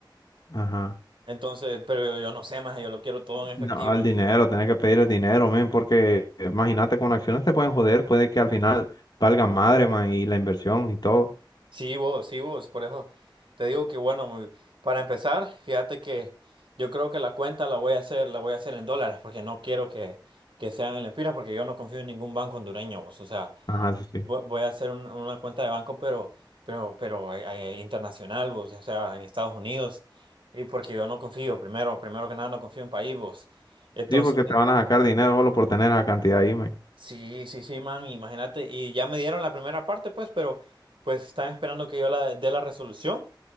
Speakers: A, on the left; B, on the right.
A: ajá.
B: Entonces, pero yo no sé más, yo lo quiero todo en efectivo.
A: No, el dinero, tenés que pedir el dinero, men, porque eh, imagínate, con acciones te pueden joder, puede que al final valga madre, man, y la inversión y todo.
B: Sí, vos, sí, vos, por eso te digo que bueno, muy- para empezar, fíjate que yo creo que la cuenta la voy a hacer, la voy a hacer en dólares, porque no quiero que, que sean en lempiras, porque yo no confío en ningún banco hondureño, vos. O sea,
A: Ajá, sí, sí.
B: vo- voy a hacer un- una cuenta de banco, pero, pero, pero eh, eh, internacional, vos, o sea, en Estados Unidos. Y porque yo no confío, primero, primero que nada, no confío en país, vos. Entonces,
A: Sí, porque te van a sacar dinero solo por tener esa cantidad ahí, men.
B: sí, sí, sí, man, imagínate. Y ya me dieron la primera parte, pues, pero pues están esperando que yo la dé la resolución.